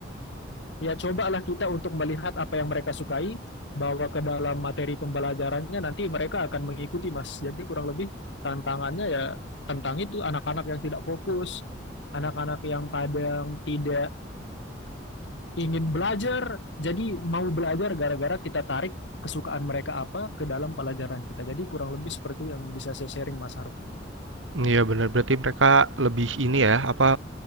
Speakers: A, on the left; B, on the right.
A: ya cobalah kita untuk melihat apa yang mereka sukai, bawa ke dalam materi pembelajarannya nanti mereka akan mengikuti Mas. Jadi kurang lebih tantangannya ya tentang itu anak-anak yang tidak fokus, anak-anak yang kadang tidak ingin belajar, jadi mau belajar gara-gara kita tarik kesukaan mereka apa ke dalam pelajaran kita. Jadi kurang lebih seperti yang bisa saya sharing Mas Harfi.
B: iya benar. Berarti mereka lebih ini ya, apa